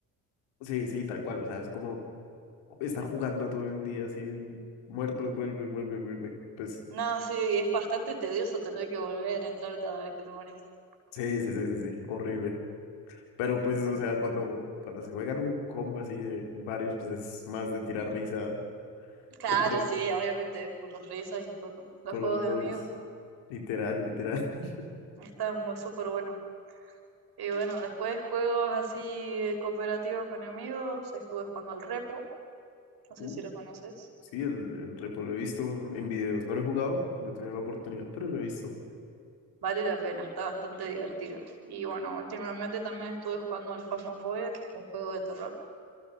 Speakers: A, on the left; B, on the right.
A: sí, sí, tal cual, o sea, es como estar jugando todo el día así, muerto y vuelve y vuelve y vuelve. Pues,
B: No, sí, es bastante tedioso tener que volver a entrar cada vez que te morís.
A: sí, sí, sí, sí, sí, horrible. Pero pues,
B: Mm,
A: o sea, cuando, cuando se juegan un combo así de varios, pues es más de tirar risa
B: Claro,
A: dentro-
B: sí, obviamente, por las risas y por los
A: por
B: juegos
A: los loles.
B: de amigos,
A: Literal, literal. <laughs>
B: está mu- súper bueno. Y bueno, después juegos así eh, cooperativos con amigos, estuve jugando el Repo, no sé
A: Uh,
B: si lo conoces.
A: sí, el, el repo lo he visto en videos. No lo he jugado, no he tenido la oportunidad, pero lo he visto.
B: Vale la pena, está bastante divertido. Y bueno, últimamente también estuve jugando el Phasmophobia, que es un juego de terror